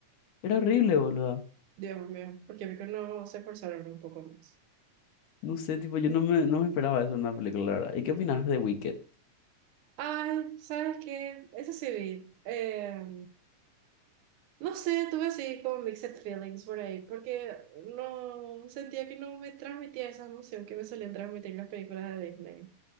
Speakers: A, on the left; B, on the right.
A: Era horrible, boludo.
B: Dios mío, porque mí que no se forzaron un poco más.
A: No sé, tipo, yo no me, no me esperaba eso en una película, la verdad. ¿Y qué opinas de Wicked?
B: Ay, ¿sabes qué? Eso sí vi. Eh, no sé, tuve así como mixed feelings por ahí, porque no sentía que no me transmitía esa emoción que me solían transmitir las películas de Disney.